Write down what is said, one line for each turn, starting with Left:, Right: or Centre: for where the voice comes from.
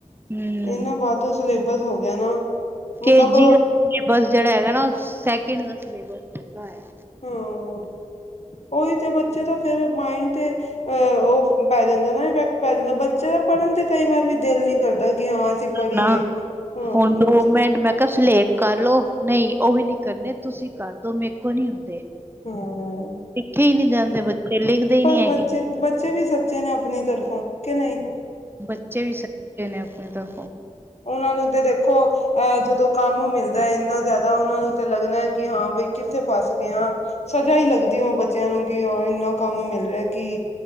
Right: ਹਮ।
Left: ਏਨਾ ਵੱਧ ਸਿਲੇਬਸ ਹੋ ਗਿਆ ਨਾ। ਮਤਲਬ
Right: ਕੇਜੀ ਦਾਸਿਲੇਬਸ ਜਿਹੜਾ ਹੈਗਾ ਹਨਾ ਸੈਕਿੰਡ ਦਾ ਸਿਲੇਬਸ ਹੈਗਾ ਆ।
Left: ਹਾਂ ਉਹੀ ਤੇ ਬੱਚੇ ਤਾਂ ਫੇਰ ਮਾਇਡ ਤੇ, ਅਹ ਉਹ ਪੈ ਜਾਂਦਾ ਨਾ, ਇਫੈਕਟ ਪੈ ਜਾਂਦਾ, ਬੱਚੇ ਦਾ ਪੜ੍ਹਨ ਤੇ ਕਈ ਵਾਰ ਵੀ ਦਿਲ ਨੀ ਕਰਦਾ ਕਿ ਹਾਂ, ਅਸੀਂ ਪੜ੍ਹੀਏ
Right: ਨਾ
Left: ਹਾਂ
Right: ਹੁਣ ਤ ਮਿੰਟ ਮੈਂ, ਤਸੀ ਲੇਟ ਕਰ ਲਓ, ਨਹੀਂ ਉਹ ਵੀ ਨੀ ਕਰਨੇ, ਤੁਸੀਂ ਕਰਦੋ ਮੇਕੋ ਨੀ ਹੁੰਦੇ।
Left: ਹਾਂ
Right: ਤਿੱਖੇ ਹੀ ਨਹੀਂ ਜਾਂਦੇ ਬੱਚੇ ਲਿਖਦੇ
Left: ਪਰ
Right: ਨੀ ਹੈਗੇ।
Left: ਬੱਚੇ ਬੱਚੇ ਵੀ ਸੱਚੇ ਨੇ, ਆਪਣੀ ਤਰਫੋਂ ਕਿ ਨਹੀਂ।
Right: ਬੱਚੇ ਵੀ ਸੱਚੇ ਨੇ ਆਪਣੀ ਤਰਫੋਂ,
Left: ਓਨਾਂ ਨੂੰ ਤੇ ਦੇਖੋ, ਐ ਜਦੋਂ ਕੰਮ ਮਿਲਦਾ ਏਨਾ ਜਾਦਾ, ਓਨਾਂ ਨੂੰ ਤੇ ਲੱਗਣਾ ਐਂ, ਕੀ ਹਾਂ ਬਈ ਕਿੱਥੇ ਫਸਗੇ ਆਂ, ਸਜ਼ਾ ਈ ਲੱਗਦੀ, ਓ ਬੱਚਿਆਂ ਨੂੰ ਕੀ ਓ, ਇੰਨਾ ਕੰਮ ਮਿਲ ਰਿਆ ਕੀ,